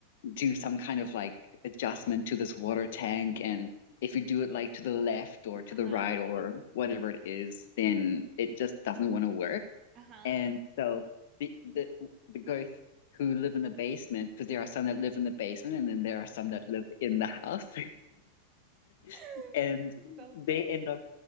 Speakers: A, on the left; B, on the right.
A: do some kind of like adjustment to this water tank and if you do it like to the left or to
B: gosh.
A: the right or whatever it is then it just doesn't want to work
B: Uh-huh.
A: and so the the the ghosts who live in the basement because there are some that live in the basement and then there are some that live in the house
B: <laughs>
A: <laughs> and
B: So
A: they
B: funny.
A: end up